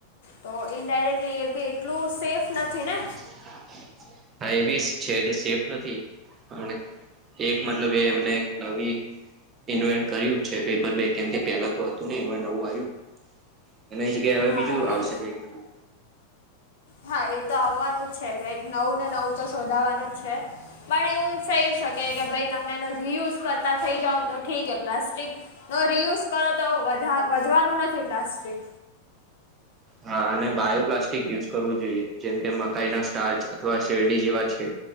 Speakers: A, on the left; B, on the right.
A: તો ઇન્ડાયરેક્ટલી એ બી એટલું સેફ નથી ને
B: <inaudible> હાય બી છે કે સેફ નથી અને એક મતલબ એ એમને નવી ઇન્વેન્ટ કર્યું છે પેપર બેગ કેમ કે પેલા તો હતું નહી હવે નવું આવ્યું એ ની જગ્યા હવે
A: હા
B: બીજું આવશે
A: એ
B: કાયક નવું
A: હા એ તો આવવાનું જ છે કઈક નવુ ને નવુ તો શોધાવાનું જ છે પણ એવું થઈ શકે કે ભાઈ તમે એનો રીયુઝ કરતા થઈ જાવને તો ઠીકે પ્લાસ્ટિક નો રિયુઝ કરો તો વધા વધવાનું નથી પ્લાસ્ટિક
B: હા અને બાયોપ્લાસ્ટિક યુઝ કરવું જોઈએ જેમ કે મકાઈ ના સ્ટારચ અથવા શેરડી જેવા છે